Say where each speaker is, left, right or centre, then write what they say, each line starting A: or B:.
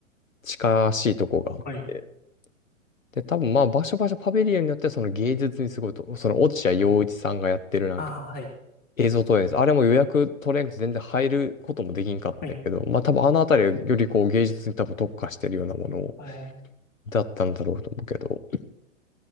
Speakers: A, on the left (about 80°); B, on the left (about 25°).
A: 近しいとこがあって。
B: はい。
A: で、多分まあ、場所場所パビリオンによってはその芸術にすごいと、その落合陽一さんがやってるなんか
B: はい。あー、はい。
A: 映像投影です。あれも予約取れんくて全然入ることもできんかったんやけど、
B: はい。
A: まあ多分あのあたりはよりこう芸術に多分特化してるようなもの
B: おー、
A: だったんだろうと思うけど、